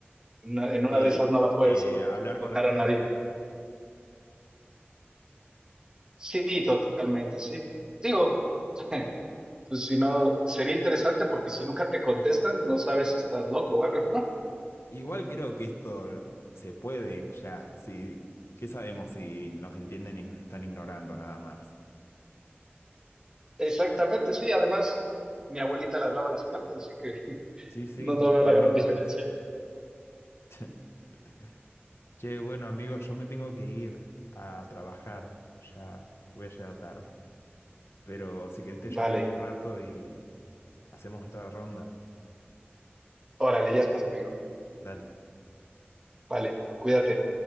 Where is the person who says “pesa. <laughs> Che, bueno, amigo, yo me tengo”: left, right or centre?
Left